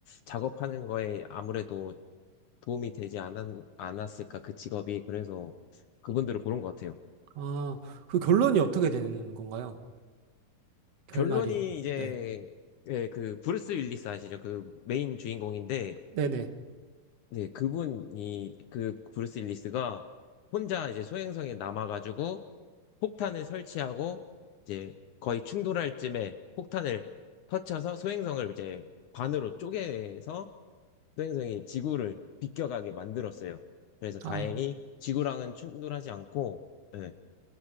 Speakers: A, on the left; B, on the right.
A: 작업하는 거에 아무래도 도움이 되지 않았, 않았을까, 그 직업이. 그래서 그분들을 고른 것 같아요.
B: 아, 그 결론이 어떻게 되는 건가요? 결말이.
A: 결론이 이제
B: 네.
A: 예, 그 브루스 윌리스 아시죠? 그 메인 주인공인데
B: 네네.
A: 네, 그분이 그 브루스 윌리스가 혼자 이제 소행성에 남아가지고 폭탄을 설치하고 이제 거의 충돌할 쯤에 폭탄을 터쳐서 소행성을 이제 반으로 쪼개서 소행성이 지구를 비껴가게 만들었어요. 그래서 다행히
B: 아.
A: 지구랑은 충돌하지 않고 예,